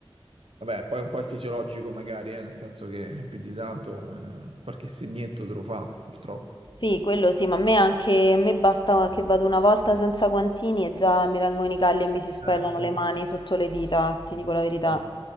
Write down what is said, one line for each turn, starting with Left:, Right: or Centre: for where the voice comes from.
Right: Vabbè, poi un po' è fisiologico magari, eh, nel senso che più di tanto eh, qualche segnetto te lo fa, purtroppo.
Left: Sì, quello sì, ma a me anche, a me basta che vado una volta senza guantini e già mi vengono i calli e mi si spellano
Right: Eh, sì,
Left: le
Right: ci
Left: mani sotto le dita, ti dico la verità.
Right: sta,